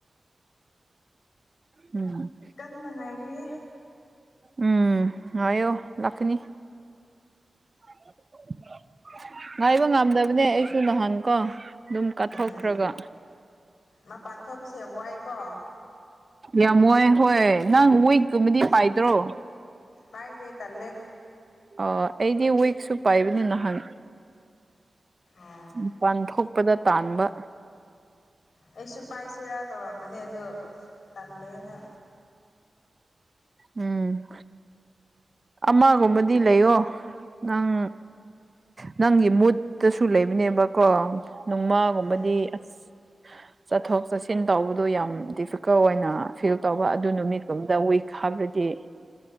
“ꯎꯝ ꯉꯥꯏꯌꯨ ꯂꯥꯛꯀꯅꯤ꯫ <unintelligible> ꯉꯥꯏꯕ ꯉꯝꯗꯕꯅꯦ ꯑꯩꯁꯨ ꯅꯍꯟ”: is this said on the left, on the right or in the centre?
Right